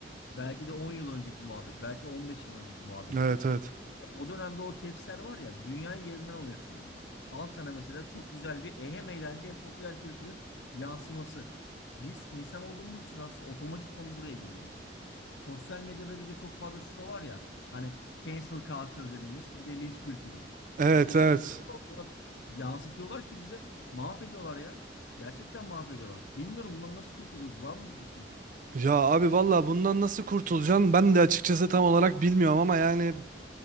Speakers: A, on the left (about 80°); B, on the right (about 50°).
A: Belki de 10 yıl önceki muhabbet, belki 15 yıl önceki muhabbet
B: Evet
A: bu.
B: evet.
A: O dönemde o kepsler var ya dünyayı yerinden oynatıyordu. Al sana mesela çok güzel bir e, hem eğlence hem popüler kültürün yansıması. Biz insan olduğumuz için aslında otomatikman buraya giriyoruz. Sosyal medyada bir de çok fazla şu da var ya hani cancel culture dediğimiz bir de linç kültürü.
B: Evet
A: İkisini
B: evet.
A: bir arada o kadar yansıtıyorlar ki bize mahvediyorlar ya. Gerçekten mahvediyorlar. Bilmiyorum bundan nasıl kurtuluruz. Var mı bir fikrin?
B: Ya abi valla bundan nasıl kurtulacaksın? Ben de açıkçası tam olarak bilmiyorum ama yani